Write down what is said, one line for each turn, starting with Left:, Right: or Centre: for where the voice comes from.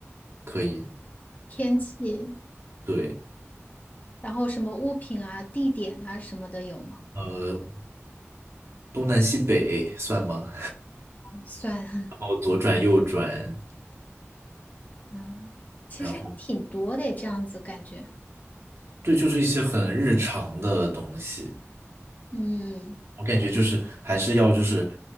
Right: 可以，
Left: 天气，
Right: 对，
Left: 然后什么物品啊、地点啊什么的有吗？
Right: 呃，东南西北算吗？
Left: 算，<laughs>
Right: <laughs> 然后左转右转，
Left: 嗯，其实还挺多的，
Right: 然后
Left: 这样子感觉。
Right: 对，就是一些很日常的东西，
Left: 嗯，
Right: 我感觉就是还是要就是